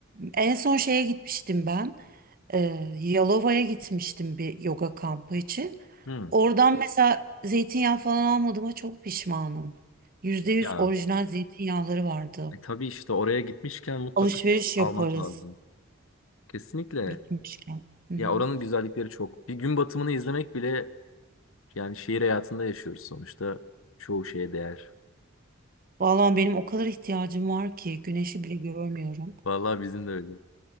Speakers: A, on the right; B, on the left.
A: En son şeye gitmiştim ben. Ee, Yalova'ya gitmiştim bir yoga kampı için.
B: Hmm.
A: Oradan mesela zeytinyağı falan almadığıma çok pişmanım. Yüzde yüz
B: Ya.
A: orijinal zeytinyağları vardı.
B: E, tabii işte oraya gitmişken mutlaka
A: Alışveriş
B: almak
A: yaparız
B: lazım. Kesinlikle.
A: gitmişken. Hı hı.
B: Ya oranın güzellikleri çok. Bir gün batımını izlemek bile yani şehir hayatında yaşıyoruz sonuçta. Çoğu şeye değer.
A: Vallahi benim o kadar ihtiyacım var ki güneşi bile görmüyorum.
B: Vallahi bizim de öyle.